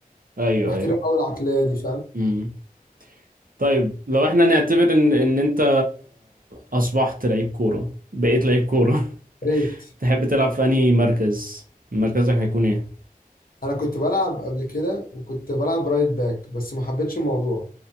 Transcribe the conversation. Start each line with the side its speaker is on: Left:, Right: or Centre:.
Right: ايوه
Left: بحترم
Right: ايوه
Left: قوي العقليه دي فاهم
Right: امم طيب لو احنا نعتبر ان ان انت اصبحت لعيب كورة بقيت لعيب كورة
Left: يا ريت
Right: <laughs> تحب تلعب في انهي مركز مركزك هيكون ايه
Left: انا كنت بلعب قبل كده وكنت بلعب رايت باك بس ما حبيتش الموضوع